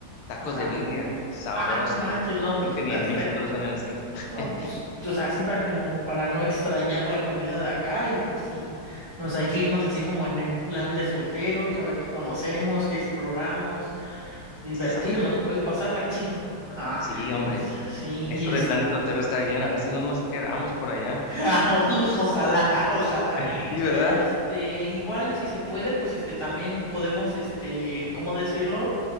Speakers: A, on the left (about 75°); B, on the right (about 45°).
A: tacos
B: Ajá.
A: de birria, sabrosos.
B: Ah, no manches, no,
A: Creo
B: pues
A: que
B: perfecto.
A: ni en México los venden así. <laughs>
B: No, pues, o sea, así para como, para no extrañar la comida de acá y pues sí, nos hay que irnos así como en, en plan de solteros, a ver qué conocemos, qué exploramos, divertirnos,
A: Sa-
B: pues pasarla chido. Ajá.
A: Sí, hombre,
B: Y- Sí,
A: esto
B: y este.
A: de plan de soltero está bien, a ver si no nos quedamos por allá.
B: <laughs> Ojalá, ojalá.
A: <laughs> Sí, ¿verdad?
B: Pero este, igual si se puede, pues este, también podemos, este, ¿cómo decirlo?